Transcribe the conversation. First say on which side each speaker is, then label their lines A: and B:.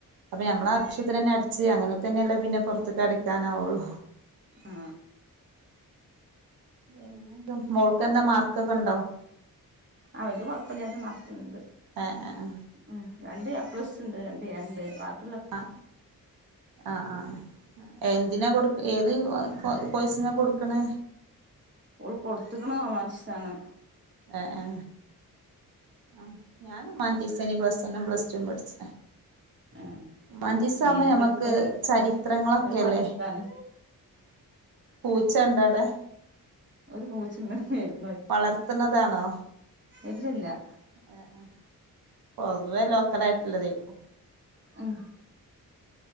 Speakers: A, on the right; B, on the right.
A: അപ്പൊ നമ്മള
B: ആഹ്
A: ആശ്യത്തിന് തന്ന അടി ച്ച് അങ്ങനെ തന്നെയല്ല പിന്നെ പുറത്തക്ക് അടി ക്കാനാവുള്ളൂ
B: ആ
A: പിന്നെന്താ മോൾക്ക് എന്താ മാർക്കൊക്കെ ഇണ്ടാവ
B: അവൽത് കുഴപ്പമില്ലാതെ മർക്ക്
A: ഏഹ് ഏഹ്
B: ഉം രണ്ട് എ പ്ലസ് ഉണ്ട് രണ്ട് എ ഉണ്ട് ബാക്കി
A: ആ ആ ആ എന്തിനാ കൊടു ഏത് കോഴ്സിന കൊടുക്കണേ
B: ഓള് കൊടുത്തിക്കാണ് ഹുമാനിറ്റീസ് ആണ്
A: ആ ആ ആ ഞാനും humanities plus one plus two റ്റും പഠിച്ച
B: ആഹ്
A: ഹുമാനിറ്റീസ്
B: ഇഞ്ഞയിനെ
A: ആവുമ്പോൾ ഞമുക്ക്
B: കിട്ട്
A: ചരിത്രങ്ങളൊക്കെല്ലേ
B: ഒരു വടി ഇട്ക്കാന്
A: പൂച്ച ഉണ്ടോ അവിടെ
B: ഒരു പൂച്ചെണ്ട് മേതക്ക്
A: വളർത്തുന്നതാണോ
B: ഇല്ല ല്ല
A: ആ ആ പൊതുവേ ലോക്കൽ ആയിട്ടുള്ളത് അയക്കും
B: ഉം